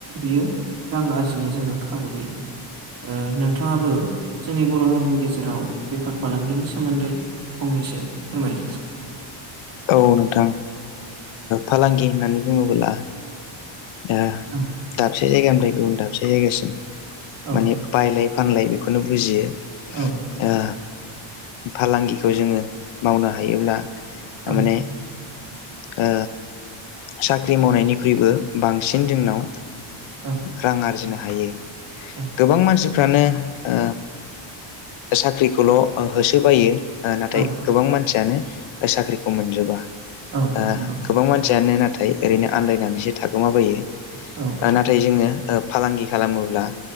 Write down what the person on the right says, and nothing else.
बियो रां आरजिनाय जोंनो खाबु होयो। ओ नोंथाङाबो जोंनि बर' हारिनि गेजेराव बेफार फालांगिनि सोमोन्दै फंनैसो फोरमाय
औ
औ
औ।
औ
औ
औ
औ
औ
नंगौ
औ